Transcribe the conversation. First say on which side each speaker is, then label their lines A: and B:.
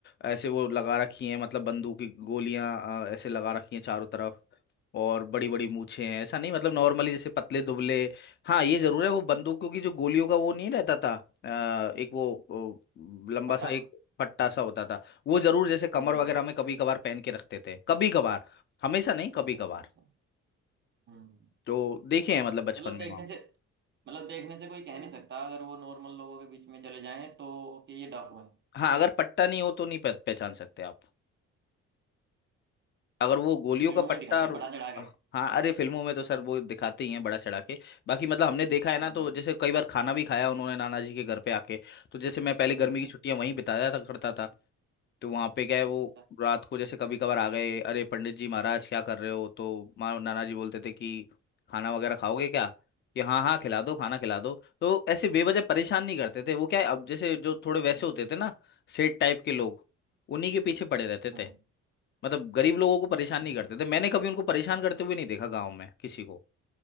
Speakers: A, on the left; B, on the right.
A: ऐसे वो लगा रखी हैं मतलब बंदूक की गोलियां ऐसे लगा रखी हैं चारों तरफ और बड़ी बड़ी मूछें हैं ऐसा नहीं मतलब नॉर्मली जैसे पतले दुबले हाँ ये जरूर है वो बंदूकों की जो गोलियों का वो नहीं रहता था अ, एक वो वो लंबा
B: पट्टा
A: सा एक पट्टा सा होता था वो जरूर जैसे कमर
B: हम्म
A: वगैरह में कभी कभार पहन के रखते थे कभी कभार हमेशा नहीं
B: अच्छा
A: कभी
B: अच्छा
A: कभार
B: अच्छा अच्छा हम्म
A: तो देखे हैं मतलब बचपन
B: मतलब देखने
A: में वहाँ पे
B: से मतलब देखने से कोई कह नहीं सकता अगर वो नॉर्मल लोगों के बीच में चले जाएं तो कि ये डाकू है
A: हाँ अगर पट्टा नहीं हो तो नहीं पह- पहचान सकते आप अगर वो गोलियों
B: ये फिल्मों
A: का पट्टा
B: में दिखाते
A: और-
B: हैं बढ़ा चढ़ा के
A: हाँ अरे फिल्मों में तो सर वो दिखाते ही हैं बड़ा चढ़ा के बाकी मतलब हमने देखा है ना
B: हम्म
A: तो जैसे कई बार खाना भी खाया उन्होंने नाना जी के घर पे आके तो जैसे मैं पहले गर्मी
B: हम्म
A: की
B: हम्म,
A: छुट्टियां वहीं बिताया था करता था तो वहां पे क्या है वो
B: अच्छा
A: रात को जैसे कभी कभार आ गए अरे पंडित जी महाराज क्या कर रहे हो तो माँ नाना जी बोलते थे कि खाना वगैरह खाओगे क्या कि हाँ हाँ खिला दो खाना खिला दो तो ऐसे बेवजह परेशान
B: अच्छा
A: नहीं करते थे वो क्या है अब जैसे जो थोड़े वैसे
B: हम्म
A: होते
B: हम्म
A: थे ना सेठ टाइप के लोग उन्हीं के पीछे पड़े रहते
B: हम्म,
A: थे मतलब गरीब लोगों को परेशान नहीं करते थे मैंने कभी उनको परेशान करते हुए नहीं देखा गांव में किसी को